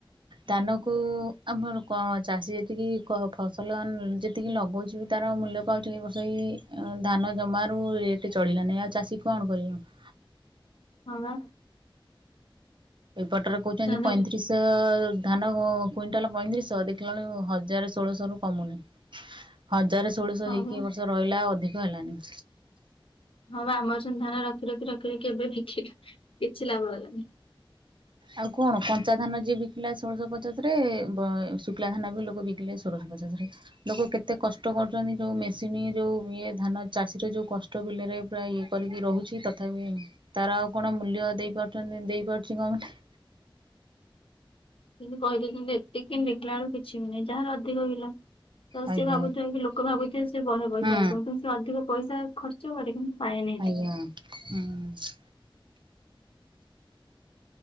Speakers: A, on the right; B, on the left.
A: ତା କୁ ଆମର ଚାଷୀ ଯେତିକି ଫସଲ ଯେତିକି ଲଗଉଛି ତାର ମୂଲ୍ୟ ପାଉଛ ଏଇ ବର୍ଷ ଏଇ ଧାନ ଜମାରୁ ରେଟ୍ ଚଳିଲାନି ଆଉ ଚାଷୀ କଣ କରିବ?
B: ହଁ ବା
A: ଏଇପଟରେ କହୁଛନ୍ତି
B: ଧାନ
A: ପଇଁତିରିଶି ସେ ଧାନ କୁଇଣ୍ଟାଲ ପଇଁତିରିଶହ ଦେଖିଲାବେଳକୁ ହଜାର ଷୋଳଶହ ରୁ କମୁନି। ହଜାର ଷୋଳଶହ
B: ହଁ
A: ହେଇକି
B: ବା
A: ଏ ବର୍ଷ ରହିଲା ଅଧିକ ହେଲାନି।
B: ହଁ ବା ଆମର ସେମିତି ଧାନ ରଖି ରଖି ରଖି ରଖି ଏବେ ବିକିଲୁ କିଛି ଲାଭ ହେଲାନି।
A: ଆଉ କଣ କଞ୍ଚା ଧାନ ଯିଏ ବିକିଲା ଷୋଳଶହ ପଚାଶରେ ଶୁଖଲା ଧାନ ବି ଲୋକ ବିକିଲେ ଷୋଳଶହ ପଚାଶରେ। ଲୋକ କେତେ କଷ୍ଟ କରୁଛନ୍ତି ଯୋଉ ମେସିନ୍ ଯୋଉ ଇଏ ଧାନ ଚାଷୀ ର ଯୋଉ କ ଷ୍ଠ ବିଲରେ ପୁରା ଇଏ କରିକି ରହୁଛି ତଥାପି ତାର ଆଉ କଣ ମୂଲ୍ୟ ଦେଇ ପାରୁଛନ୍ତି ଦେଇ ପାରୁଛି ଗମେଣ୍ଟ?
B: କିନ୍ତୁ କହି ଦେଇଛନ୍ତି ଏତିକିି ଦେଖିଲା ବେଳକୁ କିଛି ବି ନୁହିଁ ଯାହାର ଅଧିକ ବିଲ ତ ସେ
A: ଆଜ୍ଞା
B: ଭାବୁଥିବା କି ଲୋକ ଭାବୁଥିବ ସେ ବହେ ପଇସା
A: ହୁଁ
B: ଇନକମ୍ କିନ୍ତୁ ସେ ଅଧିକ ପଇସା ଖର୍ଚ୍ଚ କରେ କିନ୍ତୁ ପାଏନି ଏତିକି।
A: ଆଜ୍ଞା ହୁଁ।